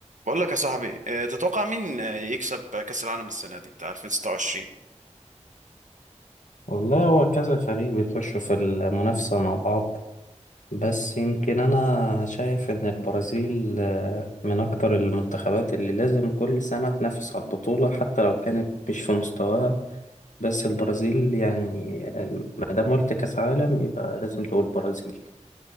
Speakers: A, on the right; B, on the left.
A: بقول لك يا صاحبي آه، تتوقع مين آه، يكسب كأس العالم السنة دي بتاع 2026
B: والله هو كذا فريق بيخشوا في المنافسة مع بعض بس يمكن أنا شايف إن البرازيل آه، من أكتر المنتخبات اللي لازم كل سنة تنافس على البطولة حتى لو كانت مش في مستواها بس البرازيل يعني آه، ما دام قلت كأس عالم يبقى لازم تقول برازيل